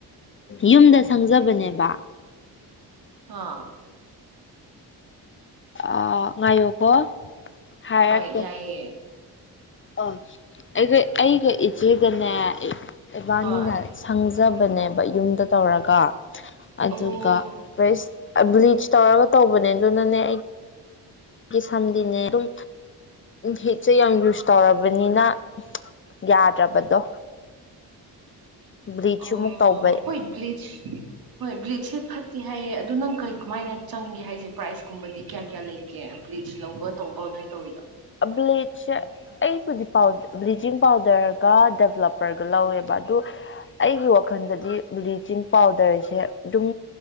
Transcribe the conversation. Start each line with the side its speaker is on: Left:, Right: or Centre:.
Left: ꯌꯨꯝꯗ ꯁꯪꯖꯕꯅꯦꯕ
Right: ꯑꯥ
Left: ꯑ ꯉꯥꯏꯌꯣꯀꯣ ꯍꯥꯏꯔꯛꯀꯦ
Right: ꯍꯣꯏ ꯌꯥꯏꯌꯦ
Left: ꯑ ꯑꯩꯒ ꯑꯩꯒ ꯏꯆꯦꯒꯅꯦ ꯏꯕꯥꯟꯅꯤꯅ
Right: ꯍꯣꯏ
Left: ꯁꯪꯖꯕꯅꯦꯕ ꯌꯨꯝꯗ ꯇꯧꯔꯒ ꯑꯗꯨꯒ
Right: ꯑꯣ
Left: ꯄ꯭ꯔꯦꯁ ꯕ꯭ꯂꯤꯁ ꯇꯧꯔꯒ ꯄꯕ ꯅ ꯑꯗꯨꯅꯅꯦ ꯁꯝꯗꯤꯅꯦ ꯑꯗꯨꯝ ꯍꯁꯦ ꯌꯥꯝ ꯌꯨꯁ ꯇꯧꯔꯕꯅꯤꯅ ꯌꯥꯗ꯭ꯔꯕꯗꯣ ꯕ꯭ꯂꯤꯆꯁꯨ
Right: ꯑꯣ
Left: ꯑꯃꯨꯛ ꯇꯧꯕꯩ
Right: ꯍꯣꯏ ꯕ꯭ꯂꯤꯁ ꯍꯣꯏ ꯕ꯭ꯂꯤꯁꯁꯦ ꯐꯠ ꯁꯦꯍꯥꯏꯌꯦ ꯑꯗꯨꯗ ꯅꯪ ꯀꯔꯤ ꯀꯃꯥꯏꯅ ꯆꯪꯒꯦ ꯍꯥꯏꯁꯦ ꯄ꯭ꯔꯥꯏꯁꯀꯨꯝꯕꯗꯤ ꯀꯌꯥ ꯀꯌꯥ ꯂꯩꯒꯦ ꯂꯧꯕ ꯇꯧꯕ ꯅꯣꯏ ꯇꯧꯋꯤꯗꯣ
Left: ꯑ ꯕ꯭ꯂꯆ ꯑꯩ ꯍꯧꯖꯤꯛꯥꯎ ꯕ꯭ꯂꯤꯆꯤꯡ ꯄꯥꯎꯗꯔꯒ ꯗꯦꯕꯂꯞꯄꯔꯒ ꯂꯧꯋꯦꯕ ꯑꯗꯣ ꯑꯩꯒꯤ ꯋꯥꯈꯜꯗꯗꯤ ꯕ꯭ꯂꯤꯆꯤꯡ ꯄꯥꯎꯗꯔꯁꯦ ꯑꯗꯨꯝ